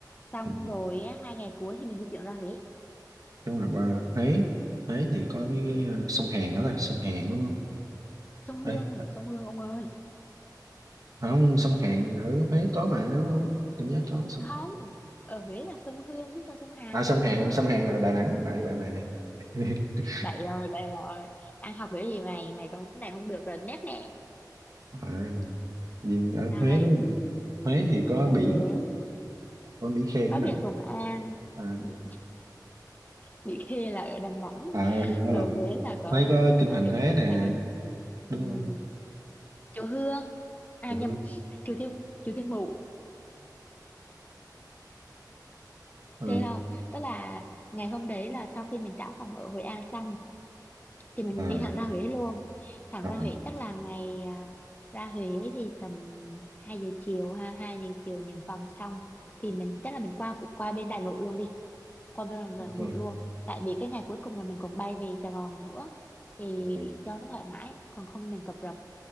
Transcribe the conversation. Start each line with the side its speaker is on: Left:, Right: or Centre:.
Left: xong
Right: ừ.
Left: rồi á, hai ngày cuối thì mình di chuyển ra Huế
Right: đúng rồi qua Huế Huế thì có mấy
Left: Ừ.
Right: cái ờ, sông Hàn đó ta sông Hàn đúng không
Left: sông Hương
Right: Đấy.
Left: sông Hương ông ơi
Right: không sông Hàn ở Huế có mà đúng không em nhớ có sông
Left: không ở Huế là sông Hương chứ sao sông Hàn
Right: à sông
Left: sông
Right: Hàn
Left: Hàn là
Right: sông
Left: ở Đà
Right: Hàn
Left: Nẵng
Right: là Đà Nẵng bậy bậy bậy bậy. <laughs>
Left: bậy rồi bậy rồi ăn học kiểu gì mày mày còn cái này không được rồi nét nè
Right: à, nhưng ở
Left: ai
Right: Huế đúng không Huế thì có
Left: ở
Right: biển
Left: Huế
Right: có Mỹ Khê
Left: có
Right: cái
Left: biển
Right: Đà Nẵng
Left: Thuận An
Right: à,
Left: bị, bị khê là ở Đà Nẵng
Right: à thì nó
Left: ở
Right: lộn
Left: Huế là có
Right: Huế có kinh
Left: có
Right: thành
Left: biển
Right: Huế
Left: Thuận
Right: nè
Left: An
Right: đúng
Left: Ừm,
Right: không
Left: chùa Hương à
Right: Ừ.
Left: nhầm chùa Thiên chùa Thiên Mụ
Right: ờ
Left: thế không tức là ngày hôm đấy là sau khi mình trả phòng ở Hội An xong thì mình
Right: ờ
Left: đi thẳng ra Huế luôn thẳng
Right: ờ
Left: ra Huế chắc là ngày à, ra Huế thì tầm hai giờ chiều ha 2 giờ chiều nhận phòng xong thì mình chắc là mình qua phụ qua bên Đại Nội luôn đi qua bên Đại
Right: ok
Left: Nội luôn tại vì cái ngày cuối cùng là mình còn bay về Sài Gòn nữa thì
Right: rồi,
Left: cho nó thoải mái còn không mình cập rập